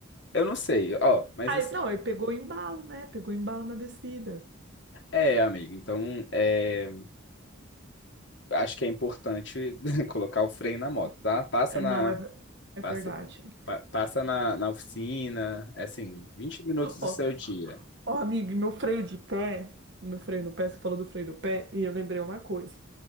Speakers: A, on the left (about 60°); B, on the right (about 55°).
A: eu não sei, ó, mas
B: Aí,
A: assim,
B: não, aí pegou embalo, né? Pegou embalo na descida.
A: é, amigo, então, é, acho que é importante <laughs> colocar o freio na moto,
B: Ó,
A: tá? Passa
B: é,
A: na,
B: Não, é, ver- é
A: passa,
B: verdade.
A: pa- passa na, na oficina, é assim, 20 minutos do
B: Ó,
A: seu dia.
B: ó, amiga, meu freio de pé, meu freio do pé, você falou do freio do pé, e eu lembrei uma coisa.